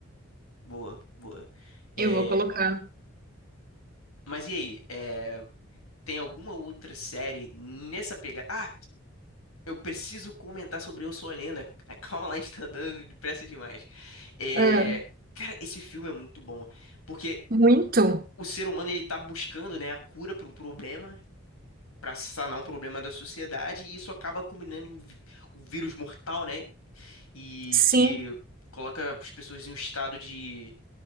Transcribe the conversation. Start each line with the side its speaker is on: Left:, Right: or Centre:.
Left: Boa, boa. É,
Right: Eu vou colocar.
Left: mas e aí? É, tem alguma outra série nessa pegada? Ah, eu preciso comentar sobre Eu Sou a Lenda. <laughs> Calma lá, a gente tá dando depressa demais. É,
Right: É.
Left: cara, esse filme é muito bom, porque
Right: Muito?
Left: o ser humano ele tá buscando, né, a cura para um problema. para sanar um problema da sociedade e isso acaba culminando em um vi- um vírus mortal, né? E
Right: Sim.
Left: que coloca as pessoas em um estado de,